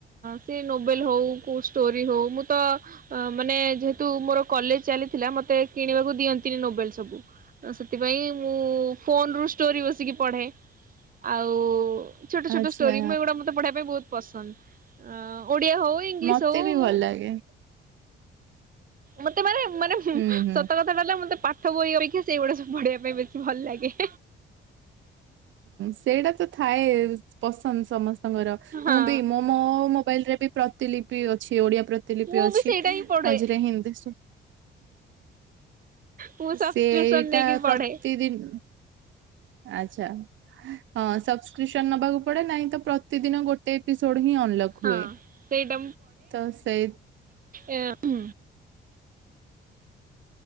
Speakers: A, on the right (about 45°); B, on the right (about 70°).
A: ସେ ନୋଭେଲ ହଉ କୋଉ ଷ୍ଟୋରି ହଉ ମୁଁ ତ ମାନେ ଯେହେତୁ ମୋର କଲେଜ ଚାଲିଥିଲା ମତେ କିଣିବାକୁ ଦିଅନ୍ତିନି ନୋବେଲ ସବୁ। ସେଥିପାଇଁ ମୁଁ ଫୋନ ରୁ ଷ୍ଟୋରି ବସିକି ପଢେ। ଆଉ ଛୋଟ ଛୋଟ
B: ଆଚ୍ଛା
A: ଷ୍ଟୋରି ମୁ ଏଗୁଡା ମତେ ପଢିବା ପାଇଁ ବହୁତ ପସନ୍ଦ ଅ ଓଡିଆ ହଉ ଇଂଲିସି
B: ମତେ
A: ହଉ।
B: ବି ଭଲ ଲାଗେ
A: ମତେ ମାନେ ମାନେ
B: ହୁଁ ହୁଁ
A: ସତ କଥା ହେଲା ମତେ ପାଠ ବହି ଅପେକ୍ଷା ସେଇଗୁଡା ସବୁ ପଢ଼ିବା ପାଇଁ ବେଶୀ ଭଲ ଲାଗେ।
B: ସେଇଟା ତ ଥାଏ ପସନ୍ଦ ସମସ୍ତେ ଙ୍କର
A: ହଁ
B: ମୁଁ ବି ମୁୋ ମୋ ମୋବାଇଲ ରେ ବି ପ୍ରତିଲିିପି ଅଛି ଓଡିଆ ପ୍ରତିଲିିପି
A: ମୁଁ
B: ଅଛି
A: ବି ସେଇଟା ହିଁ ପଢେ
B: ମଝିରେ ହିଦି।
A: ମୁଁ ସବସ୍କ୍ରିପସନ
B: ସେଇଟା
A: ନେଇକି ପଢେ
B: ପ୍ରତିଦିନ ଆଛା ହଁ ସବସ୍କ୍ରିପସନ ନବାକୁ ପଡେ ନାଇଁ ତ ପ୍ରତିଦିନ ଗୋଟେ ଲୋଡ ହିଁ ଅନଲକ୍
A: ହଁ
B: ହୁଏ
A: ସେଇଟା
B: ତ ସେ
A: ଏ ହୁଁ।